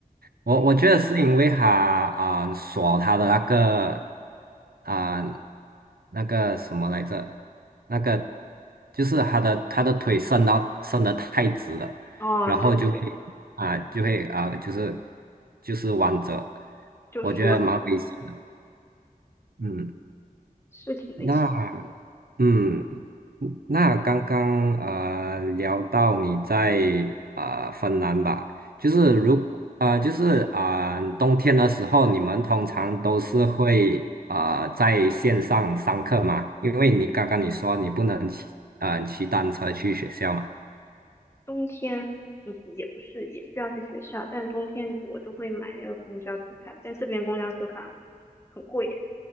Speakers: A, on the right; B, on the left.
A: 我我觉得是因为他啊、
B: 对，
A: 锁他的那个啊、那个什么来着，那个就是他的他的腿伸到伸得太直了，
B: 哦对对对，
A: 然后就会啊、就会啊、就是就是弯折，
B: 就锁死了，
A: 我觉得蛮危险的。嗯，
B: 是挺危险
A: 那。嗯，那刚刚呃聊到你在啊、呃芬兰吧，就是如呃就是啊、呃冬天的时候，你们通常都是会啊、呃在线上上课嘛？因为你刚刚你说你不能骑呃骑单车去学校嘛。
B: 冬天，嗯，也不是，也需要去学校，但冬天我就会买那个公交车卡，但这边公交车卡很贵，